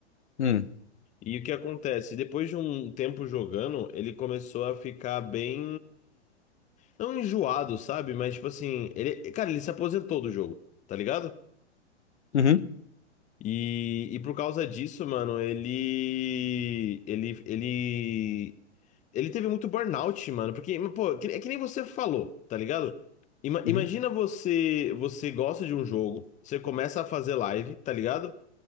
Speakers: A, on the left (about 70°); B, on the left (about 20°).
A: Hum.
B: E o que acontece? Depois de um tempo jogando, ele começou a ficar bem. Não enjoado, sabe? Mas tipo assim, ele. Cara, ele se aposentou do jogo, tá ligado?
A: Uhum.
B: E, e por causa disso, mano, ele. Ele. Ele. Ele teve muito burnout, mano. Porque, pô, que- é que nem você falou, tá ligado? Ima-
A: Uhum.
B: imagina você. Você gosta de um jogo, você começa a fazer live, tá ligado?